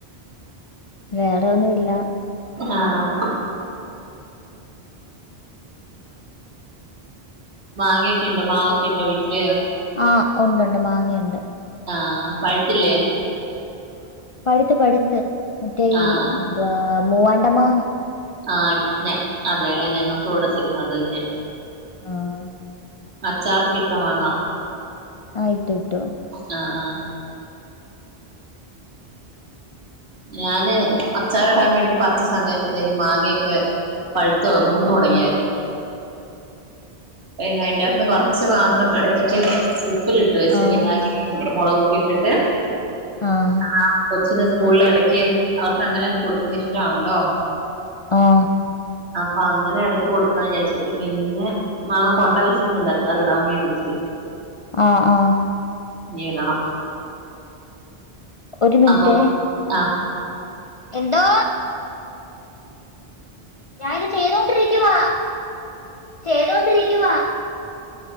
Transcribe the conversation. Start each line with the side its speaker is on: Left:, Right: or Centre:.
Left: വേറെന്നുംല്ല.
Right: ആഹ്. മാങ്ങൊക്കെണ്ടോ, മാവൊക്കെണ്ടോ, വീട്ടില്.
Left: ആഹ് ഉണ്ട്, ണ്ട്, മാങ്ങയുണ്ട്.
Right: ആഹ് പഴുത്തില്ലേ.
Left: പഴുത്ത് പഴുത്ത് മറ്റെ
Right: ആഹ്
Left: ഈ ന്തുവാ മൂവാണ്ടമാ.
Right: ആഹ് ക്ഞ അതെ ല്ലെ ഞങ്ങൾക്ക് ഇവീടെ സെയ്മതെന്നെ.
Left: ആഹ്.
Right: അച്ചാറ്ക്കിട്ട മാങ്ങാ.
Left: ആ ഇട്ടു ഇട്ടു.
Right: അ ആഹ്. ഞാന് അച്ചാർടാൻ വേണ്ടി പറിച്ച സമയാപ്പത്തേക്ക് മാങ്ങയൊക്കെ, പഴുത്ത് മൂത്ത്
Left: ആഹ്
Right: തുടങ്ങിയായിരുന്നു, പിന്നയ്ന്ടാത്ത്ന്ന് കൊറച്ച് മാത്രം എടുത്തിട്ട്, ഉപ്പിലിട്ട് വെച്ച്
Left: ആഹ്
Right: വിനാഗിരി, മുളകൊക്കെ ഇട്ടിട്ട്,
Left: ആഹ്,
Right: ആ കൊച്ചിന് സ്കൂളില് എടക്ക് അവർക്ക് അങ്ങനെയൊക്കെ കൊടുക്കുന്ന ഇഷ്ടാണല്ലോ,
Left: ആഹ്,
Right: അപ്പൊ അങ്ങനെ ഇടക്ക് കൊടുക്കാം വിചാരിച്ചിട്ടു, പിന്നെ, മാങ്ങ കൊണ്ട വെച്ചിട്ടുണ്ട് അച്ചാറിടാൻ വേണ്ടിച്ചിരി
Left: ആഹ് ആഹ്
Right: നിടണം
Left: ഒരു മിനിറ്റേ
Right: അമ്മ ആഹ്
Left: എന്തോ? ഞാനിത് ചെയ്തൊണ്ടിരിക്കുവാ ചെയ്തൊണ്ടിരിക്കുവാ